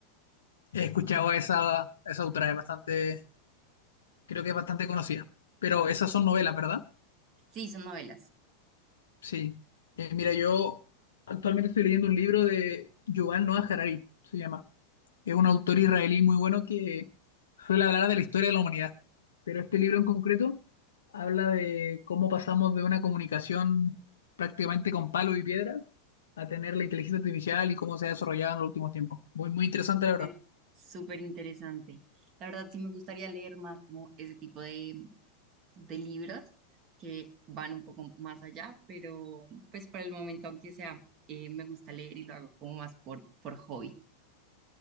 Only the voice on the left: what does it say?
he escuchado a esa, a esa autora, es bastante, creo que es bastante conocida. Pero
esas son novelas, ¿verdad?
Sí. Eh, mira, yo actualmente estoy leyendo un libro de Yuval Noah Harari, se llama. Es un autor israelí muy bueno que suele hablar de la historia de la humanidad, pero este libro en concreto habla de cómo pasamos de una comunicación prácticamente con palo y piedra a tener la inteligencia artificial y cómo se ha desarrollado en los últimos tiempos. Muy, muy interesante,
la verdad.